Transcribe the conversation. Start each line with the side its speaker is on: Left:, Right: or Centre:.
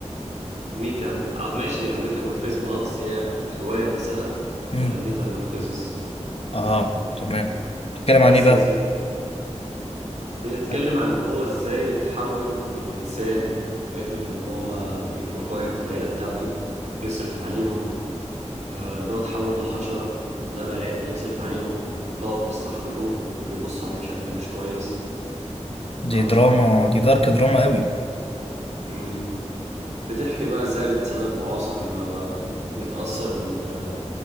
Right: ميتا آه، ماشي هي ميتامورفيزم اه بس هي الروايه نفسها
Left: مم.
Right: ميتامورفيزس
Left: اه تمام بتتكلم
Right: بس
Left: عن ايه بقى
Right: يا سيدي بتتكلم
Left: آه،
Right: عن ان هو ازاي يتحول من انسان قادر ان هو يبروفايد للعيله بتاعته يصرف عليهم آه، إن هو اتحول لحشرة لا بقى قادر يصرف عليهم بقوا بيستحقروه وبيبصوا عليه بشكل مش كويس
Left: دي
Right: ف
Left: دراما دي دارك دراما قوي
Right: مم. بتحكي بقى ازاي الإنسان المعاصر آه، بيتأثر بال...